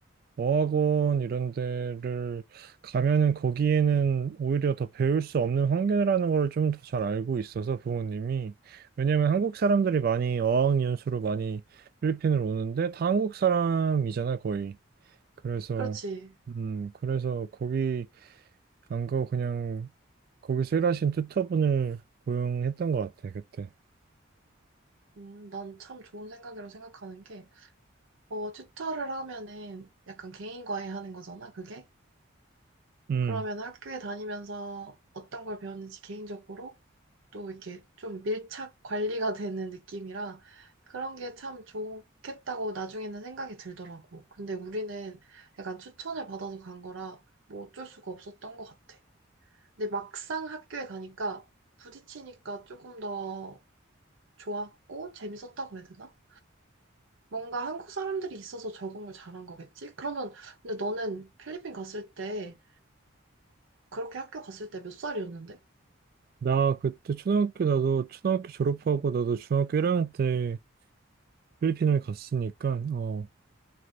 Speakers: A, on the right; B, on the right.
A: 어학원 이런 데를 가면은 거기에는 오히려 더 배울 수 없는 환경이라는 걸 좀 더 잘 알고 있어서 부모님이 왜냐면 한국 사람들이 많이 어학 연수로 많이 필리핀을 오는데 다 한국 사람이잖아 거의 그래서
B: 그렇지.
A: 음 그래서 거기 안 가고 그냥 거기서 일하신 튜터분을 고용했던 것 같아 그때
B: 음, 난 참 좋은 생각이라고 생각하는 게, 어, 튜터를 하면은 약간 개인과외 하는 거잖아, 그게?
A: 음
B: 그러면 학교에 다니면서 어떤 걸 배웠는지 개인적으로 또 이렇게 좀 밀착 관리가 되는 느낌이라 그런 게 참 좋겠다고 나중에는 생각이 들더라고. 근데 우리는 약간 추천을 받아서 간 거라 뭐 어쩔 수가 없었던 것 같아. 근데 막상 학교에 가니까 부딪히니까 조금 더 좋았고 재밌었다고 해야 되나? 뭔가 한국 사람들이 있어서 적응을 잘한 거겠지? 그러면 근데 너는 필리핀 갔을 때 그렇게 학교 갔을 때 몇 살이었는데?
A: 나 그때 초등학교 나도 초등학교 졸업하고 나도 중학교 1학년 때 필리핀을 갔으니까 어,